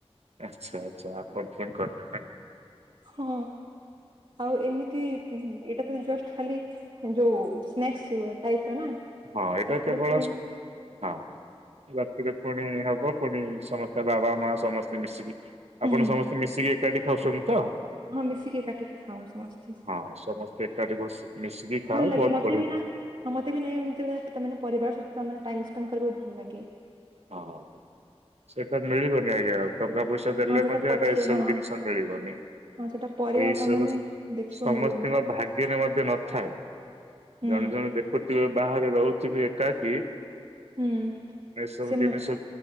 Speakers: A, on the right (about 80°); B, on the right (about 55°).
A: ଆଚ୍ଛା ଆଚ୍ଛା ଆପଣ ଫୁଣି କରିବେ ନାଇଁ?
B: ହଁ ଆଉ ଏମିତି ଏଇଟା ତ ଜଷ୍ଟ ଖାଲି ଯୋଉ ସ୍ନେକ୍ସ୍ ଟାଇପ୍ ର ନା।
A: ହଁ ଏଇଟା
B: ରାତିରେ
A: କେବଳ।
B: ପୁଣି
A: ହଁ। ରାତିରେ ପୁଣି ହବ ପୁଣି ସମସ୍ତେ ବାବା ମା ସମସ୍ତେ ମିଶିକି
B: ହୁଁ
A: ଆପଣ ସମସ୍ତେ ମିଶିକି ଏକାଠି ଖାଉଚନ୍ତି ତ?
B: ହଁ ମିଶିକି ଏକାଠି ଖାଉ ସମସ୍ତେ।
A: ହଁ ସମସ୍ତେ ଏକାଠି ବସି ମିଶିକି ଖାଅ
B: ଭଲ ଲାଗେ
A: ବହୁତ୍
B: ମତେ
A: ବଢିଆ।
B: ବି ନା ହଁ ମତେ ବି ନାଇଁ ଏମତି ତାମାନେ ପରିବାର ସହିତ ଟାଇମ ସ୍ପେଣ୍ଡ୍ କରିବାକୁ ଭଲ ଲାଗେ।
A: ହଁ ସେଟା ମିଳିିବନି ଆଜ୍ଞା ଆଉ ଟଙ୍କା ପଇସା ଦେଲେ
B: ହଁ ସେଟା
A: ମଧ୍ୟ
B: ପଛେ
A: ଏଟା ଏସବୁ
B: ହଁ
A: ଜିନିଷ ମିଳିବନି।
B: ହଁ ସେଟା ପରେ
A: ଆଉ ଏ
B: ତାମାନେ
A: ସବୁ
B: ଦେଖିବାକୁ
A: ସମସ୍ତିଙ୍କ
B: ମିଳିବନି
A: ଭାଗ୍ୟରେ ମଧ୍ୟ ନ ଥାଏ।
B: ହୁଁ
A: ଜଣେ ଜଣେ ଦେଖୁଥିବେ ବାହାରେ ରହୁଥିବେ ଏକା କି
B: ହୁଁ।
A: ସବୁ
B: ସେମାନେ
A: ଜିନିଷ